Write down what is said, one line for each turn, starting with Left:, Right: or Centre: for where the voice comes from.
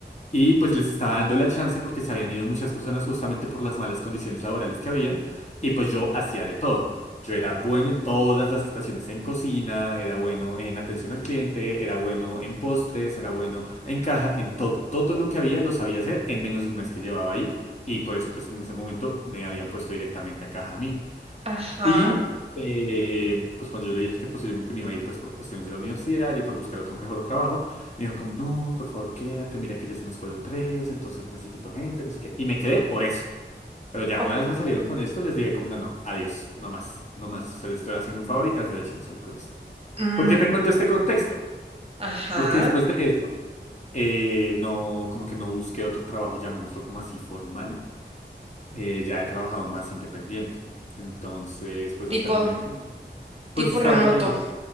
Left: Y pues les estaba dando la chance porque se habían ido muchas personas justamente por las malas condiciones laborales que habían. Y pues yo hacía de todo. Yo era bueno en todas las estaciones, en cocina, era bueno en atención al cliente, era bueno en postres, era bueno en caja, en todo. Todo lo que había lo sabía hacer en menos de un mes que llevaba ahí. Y por eso pues en ese momento me habían puesto directamente a caja a mí.
Right: Ajá,
Left: Y eh, pues cuando yo le dije que posiblemente me iba a ir pues por cuestiones de la universidad y por buscar otro mejor trabajo, me dijo como, no, por favor quédate, mira que ya se nos fueron tres, entonces necesito gente, no sé qué. Y me quedé por eso. Pero ya
Right: Ok.
Left: una vez me salieron con esto, les dije como, no, no, adiós, no más, no más. Se les estoy haciendo un favor y tras derecho me salen con esto.
Right: mm,
Left: ¿Por qué te cuento este contexto?
Right: ajá,
Left: Porque después de eso, eh, no, como que no busqué otro trabajo, llamémoslo como así formal. Eh, ya he trabajado más independiente. Entonces, pues
Right: tipo,
Left: hasta el momento.
Right: tipo
Left: Pues estaba
Right: remoto,
Left: atendiendo,